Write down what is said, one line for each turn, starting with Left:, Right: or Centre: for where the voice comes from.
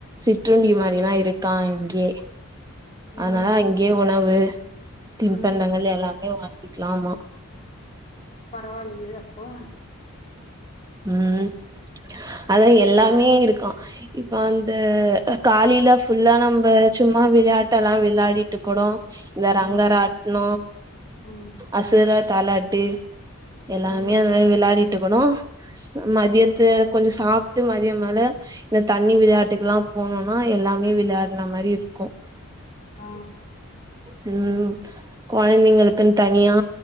Right: சிற்றுண்டி மாரில்லா இருக்கா அங்கே
Left: ம்
Right: அதனால இங்கே உணவு திண்பண்டங்கள்
Left: ம்
Right: எல்லாமே வாங்கிக்கலாமா
Left: பரவாயில்லயே அப்போ
Right: ம் அதா எல்லாமே இருக்கா இப்ப அந்த காலில ஃபுல்லா நம்ப சும்மா விளையாட்டல்லா விளையாடிட்டு இருக்கனு இந்த ரங்கராட்ன
Left: ம் ம்
Right: அசுர தாலாட்டு எல்லாமே
Left: ம்
Right: <unintelligible> விளயாடிட்டு போணு மதியத்த கொஞ்சம் சாப்ட்டு மதியம் மேல இந்த தண்ணி விளையாட்டுக்கல்லா போனும்னா எல்லாமே விளையாடின மாரி இருக்கு
Left: அ
Right: ம் கொழந்தைங்களுக்குன் தனியா